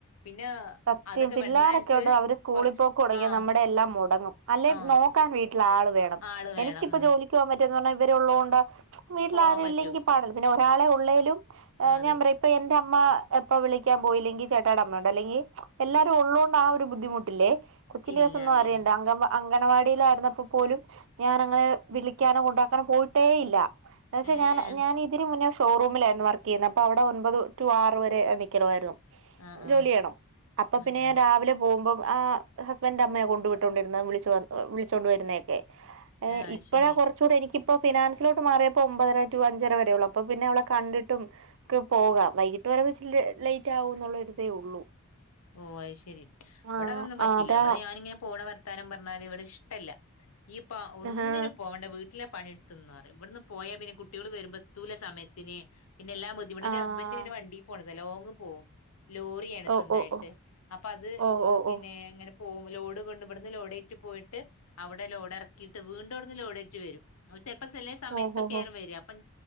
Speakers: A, on the left (about 75°); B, on the right (about 60°).
A: പിന്നെ
B: സത്യം
A: അതൊക്കെ
B: പിള്ളാരൊക്കെ
A: വന്നാ എനിക്ക്
B: ഉണ്ട് അവര് സ്കൂളിൽ
A: കൊറച്ച്
B: പോക്ക് തുടങ്ങിയ
A: ആഹ്
B: നമ്മുടെ എല്ലാം മുടങ്ങും. അല്ലെ
A: ആഹ്
B: നോക്കാൻ വീട്ട ട്ടിൽ ആള് വേണം
A: ആള്
B: എനിക്ക്
A: വേണം
B: ഇപ്പോ
A: ഉം
B: ജോലി പോവാൻ പറ്റന്ന് പറഞ്ഞാൽ ഇവരെ ഉള്ളതുകൊണ്ട് ആണ്, വീട്ടിൽ
A: പോവാൻ
B: ആരും
A: പറ്റും
B: ഇല്ലെങ്കിൽ പാട് പിന്നെ ഒരാളെ ഉള്ളേലും.
A: അതെ
B: ഞാൻ പറയാ ഇപ്പൊ എന്റെ അമ്മ എപ്പൊ വിളിക്കാൻ പോയില്ലെങ്കി ചേട്ടാടെ അമ്മ ഉണ്ട്. അല്ലെങ്കിൽ എല്ലാരും ഉള്ളതോണ്ട് ആ ഒരു ബുദ്ധിമുട്ടില്ലേ കൊച്ചിന്റെ
A: ഇല്ല
B: ദിവസം ഒന്നും
A: അതന്നെ
B: അറിയണ്ട അങ്കൻവാ അംഗണവാടിയിലായിരുന്നപ്പോ പോലും ഞാൻ അങ്ങനെ വിളിക്കാനോ കൊണ്ടാക്കാനോ പോയിട്ടേയില്ല. പക്ഷേ
A: ഏഹ്
B: ഞാൻ ഞാൻ ഇതിന് മുന്നേ ഷോറൂമിലായിരുന്നു വർക്ക് ചെയ്യുന്നത് അപ്പൊ അവിടെ ഒൻമ്പത് ടു ആറ് വരെ നിൽക്കണമായിരുന്നു
A: ആഹ്
B: ജോലി
A: ആഹ്
B: ചെയ്യണം അപ്പൊ
A: ഉം
B: പിന്നെ ഞാൻ
A: ഉം
B: രാവിലെ പോകുമ്പം ആഹ് ഹസ്ബൻഡ് അമ്മയെ കൊണ്ട വിട്ടോണ്ടിരുന്ന വിളിച്ചു വിളിച്ചോണ്ട വരുന്നല്ലേ ഏഹ്
A: അത്
B: ഇപ്പഴാ
A: ശരി
B: കൊറച്ച് ചൂടെ എനിക്കിപ്പോ ഫിനാൻസിലോട്ട് മാറിയപ്പോ ഒമ്പര ടു അഞ്ചര വരെ ള്ളൂ അപ്പൊ പിന്നെ അവളെ കണ്ടിട്ടും ക്ക് പോകാം വൈകിട്ട് വരാ വെച്ചിൽ ലേറ്റ് ആക്കും എന്നുള്ളരിതേ ഉള്ളൂ
A: ഓഹ് അത് ശരി ഇവിടെ
B: ആഹ്
A: അതൊന്നും പറ്റില്ല
B: അതാ
A: ഇവിടെ ഞാനിങ്ങനെ പോണ വർത്താനം പറഞ്ഞാല് ഇവിടെ ഇഷ്ടല്ല ഈയിപ്പ ഒന്നിനും
B: ആഹ്
A: പോവണ്ടാ വീട്ടി ലെ പണിയെടുത്ത് നിന്നൊന്ന് പറയും ഇവിട്ന്ന് പോയാ പിന്നെ കുട്ടികൾ വരുമ്പൊ എത്തൂല സമയത്തിന് പിന്നെല്ലാ ബുദ്ധിമുട്ട് എന്റെ
B: ആഹ്
A: ഹസ്ബന്റ് ഇങ്ങനെ വണ്ടിയിൽ പോണതല്ലേ ലോങ് പോകും ലോറിയാണ്
B: ഓ
A: സ്വന്തമായിട്ട്
B: ഓ ഓ
A: ണ്ട് അപ്പൊ അത്
B: ഓ ഓ
A: പിന്നെ
B: ഓ
A: ഇങ്ങനെ പോവും ലോഡ് കൊണ്ടു ഇവിട്ന്ന് ലോഡ് ആയിട്ട് പോയിട്ട് അവിടെ ലോഡ് ഇറക്കിയിട്ട് വീണ്ടും ഇവിടുന്ന് ലോഡ് ആയിട്ട് വരും ചെൽപ്പോ ചെലയെ സമയത്ത്
B: ഓ ഹോ
A: ഒക്കെയ്രം
B: ഹോ
A: വരാ അപ്പം